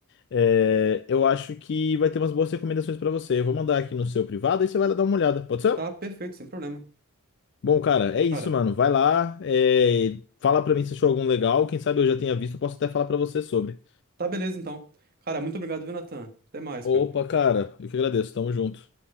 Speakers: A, on the left; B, on the right.
A: é, eu acho que vai ter umas boas recomendações pra você. Eu vou mandar aqui no seu privado e você vai lá dar uma olhada, pode ser?
B: tá perfeito, sem problema.
A: Bom, cara, é isso,
B: Cara,
A: mano. Vai lá, é, fala pra mim se achou algum legal. Quem sabe eu já tenha visto, eu posso até falar pra você sobre.
B: tá beleza então. Cara, muito obrigado, viu, Natan? Até mais,
A: Opa,
B: cara.
A: cara, eu que agradeço, tamo junto.